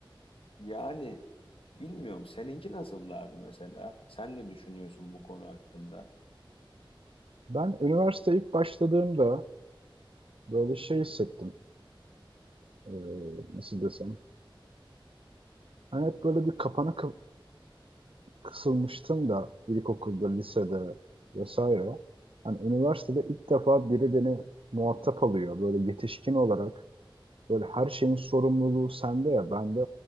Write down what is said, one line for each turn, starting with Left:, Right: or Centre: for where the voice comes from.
Left: Yani bilmiyorum seninki nasıl abi mesela? Sen ne düşünüyorsun bu konu hakkında?
Right: Ben üniversite ilk başladığımda böyle şey hissettim. Ee, nasıl desem. Hani hep böyle bir kapana kı- kısılmıştım da ilkokulda, lisede vesaire. Hani üniversitede ilk defa biri beni muhatap alıyor. Böyle yetişkin olarak böyle her şeyin sorumluluğu sende ya. Bende